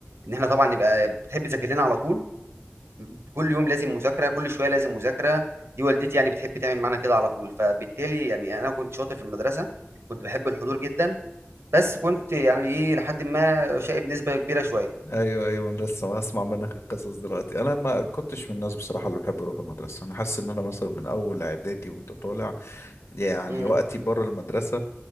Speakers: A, on the right (about 80°); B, on the left (about 80°).
A: ان احنا طبعا نبقى بتحب تذاكر لنا على طول كل يوم لازم مذاكره كل شويه لازم مذاكره دي والدتي يعني بتحب تعمل معانا كده على طول فبالتالي يعني انا كنت شاطر في المدرسه كنت بحب الحضور جدا بس كنت يعني ايه لحد ما شقي بنسبه كبيره شويه
B: ايوه ايوه انا لسه هسمع منك القصص دلوقتي انا ما كنتش من الناس بصراحه اللي بحب اروح المدرسه انا حاسس ان انا مثلا من اول اعدادي وانت طالع يعني
A: امم
B: وقتي بره المدرسه